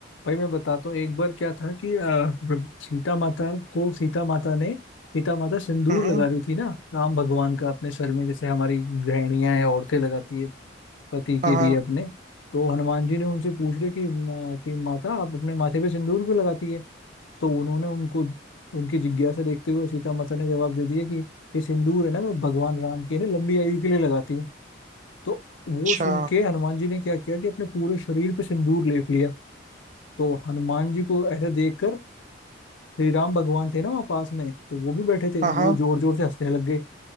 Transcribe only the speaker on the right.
हम्म
हम्म।
हाँ
हाँ
अच्छा
हाँ
हाँ